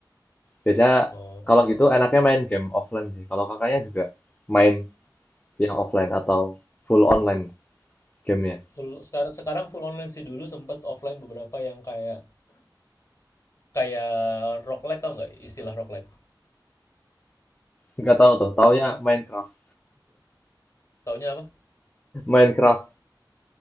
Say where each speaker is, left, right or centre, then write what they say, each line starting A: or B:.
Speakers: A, on the left; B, on the left.
A: Biasanya
B: Oh.
A: kalau gitu enaknya main game offline sih. Kalau kakaknya juga main yang offline atau full online gamenya.
B: Full, sekarang sekarang full online sih dulu sempet offline beberapa yang kayak Kayak roguelite tau nggak istilah roguelite?
A: Nggak tahu tuh, taunya Minecraft.
B: Taunya apa?
A: Minecraft.